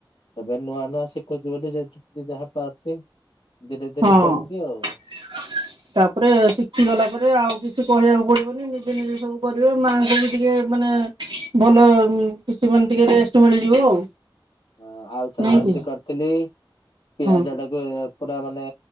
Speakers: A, on the left (about 85°); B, on the right (about 70°).
A: ଏବେ ନୂଆ ନୂଆ ଶିଖୁଛି ବୋଲି <unintelligible> ଯାହା ପାରୁଛି ଧୀରେ
B: ହଁ
A: ଧୀରେ କରୁଛି ଆଉ।
B: <unintelligible> ତାପରେ ଶିଖି ଗଲା ପରେ ଆଉ କିଛି କହିବାକୁ ପଡିବନି ନିଜେ ନିଜେ ସବୁ କରିବେ ମାଆଙ୍କୁ ବି ଟିକେ ମାନେ ଭଲ କିଛି ମାନେ ଟିକେ ରେଷ୍ଟ ମିଳିଯିବ ଆଉ।
A: ଅ। ଆଉଥରେ
B: ନାଇଁ
A: ସେମିତି
B: କି
A: କରିଥିଲି ପିଆଜ
B: ହଁ
A: ଟା ପୁରା ମାନେ